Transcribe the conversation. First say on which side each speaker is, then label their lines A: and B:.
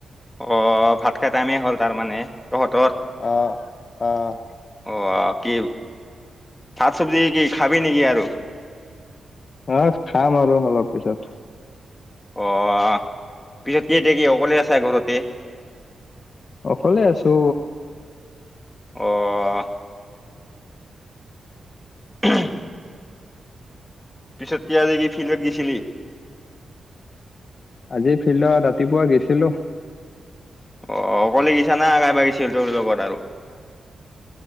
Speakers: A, on the left; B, on the left.
A: অ', ভাত খোৱা টাইমেই হ'ল তাৰমানে তহঁতৰ।
B: অ'। অ'।
A: অ', কি শাক চবজি কি খাবি নেকি আৰু?
B: অ', খাম আৰু অলপ পিছত।
A: অ', পিছত কি এতিয়া কি অকলে আচা ঘৰতেই?
B: অকলে আছোঁ।
A: অ'। <unintelligible> পিছত কি আজি কি ফিল্ডত গৈছিলি?
B: আজি ফিল্ডত ৰাতিপুৱা গেছিলোঁ।
A: অ', অকলে গিছা না আৰু কোনোবাছিল তোৰ লগত আৰু।